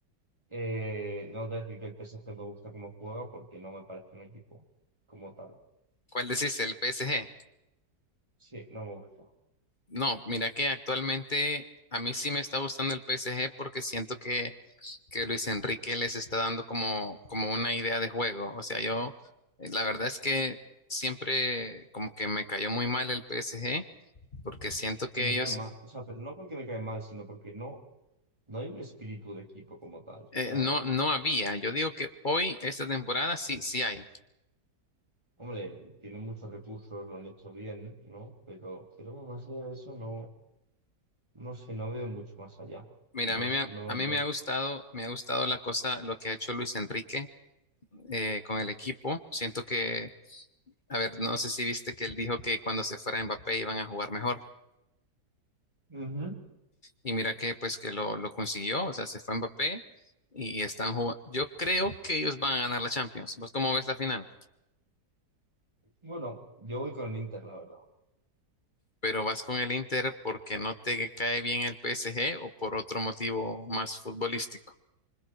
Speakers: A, on the right (about 15°); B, on the left (about 30°).
A: Eh, no te voy a decir que el PSG me gusta cómo juega porque no me parece un equipo como tal.
B: ¿Cuál decís? ¿El PSG?
A: Sí, no me gusta.
B: No, mira que actualmente a mí sí me está gustando el PSG porque siento que, que Luis Enrique les está dando como, como una idea de juego. O sea, yo, eh, la verdad es que siempre como que me cayó muy mal el PSG porque siento que
A: que me
B: ellos
A: caen mal, o sea, pero no porque me caen mal, sino porque no, no hay un espíritu de equipo como tal. O
B: Eh,
A: sea,
B: no, no había. Yo digo que hoy, esta temporada, sí, sí hay.
A: hombre, tienen muchos recursos, lo han hecho bien, ¿no? Pero, pero más allá de eso, no, no sé, no veo mucho más allá.
B: Mira,
A: No,
B: a mí me,
A: s-
B: ha-
A: no,
B: a mí
A: no.
B: me ha gustado, me ha gustado la cosa, lo que ha hecho Luis Enrique eh, con el equipo. Siento que, a ver, no sé si viste que él dijo que cuando se fuera Mbappé iban a jugar mejor.
A: Ujú.
B: Y mira que, pues, que lo, lo consiguió. O sea, se fue Mbappé y están jugando. Yo creo que ellos van a ganar la Champions. ¿Vos cómo ves la final?
A: Bueno, yo voy con el Inter, la verdad.
B: Pero vas con el Inter porque no te cae bien el PSG o por otro motivo más futbolístico.